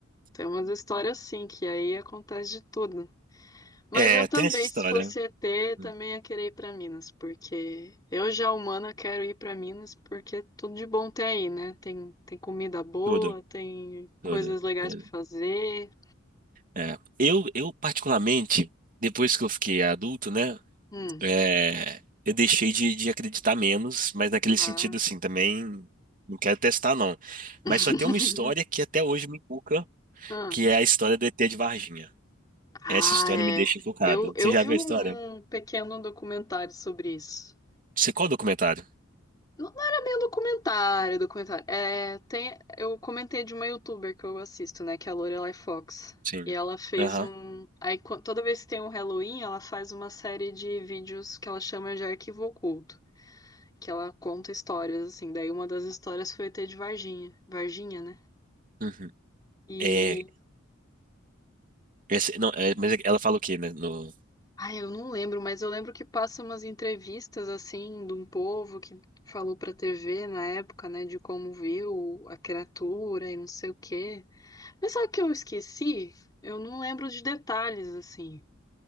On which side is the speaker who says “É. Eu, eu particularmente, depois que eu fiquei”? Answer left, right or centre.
Right